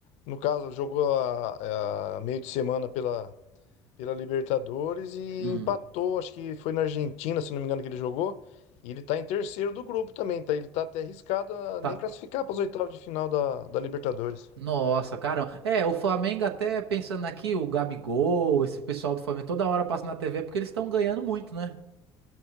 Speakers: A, on the left; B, on the right.
A: no caso, jogou a, a meio de semana pela, pela Libertadores e
B: hum.
A: empatou, acho que foi na Argentina, se não me engano, que ele jogou. E ele tá em terceiro do grupo também, tá? Ele tá até arriscado a
B: Tá.
A: nem classificar para as oitavas de final da, da Libertadores.
B: Nossa, caramba. É, o Flamengo até pensando aqui, o Gabigol, esse pessoal do Flamengo, toda hora passa na TV porque eles estão ganhando muito, né?